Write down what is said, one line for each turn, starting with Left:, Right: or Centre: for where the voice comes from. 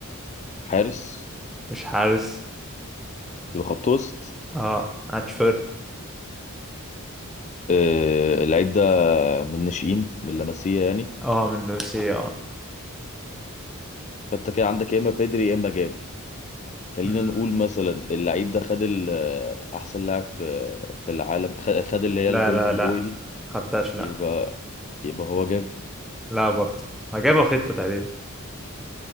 Left: حارس
Centre: مش حارس
Left: يبقى خط وسط
Centre: اه اتشفر
Left: آه، اللعيب ده من الناشئين من لاماسيا يعني
Centre: اه من روسيا اه
Left: فأنت كده عندك يا إما بيدري يا إما جافي خلينا
Centre: مم.
Left: نقول مثلا اللعيب ده خد ال- آه، أحسن لاعب في آه، في العالم خ- خد اللي هي
Centre: لا
Left: الجولدن
Centre: لا لا
Left: بوي دي
Centre: خدتهاش لا
Left: يبقى يبقى هو جافي
Centre: لا برضه ما جابها خطة تقريبا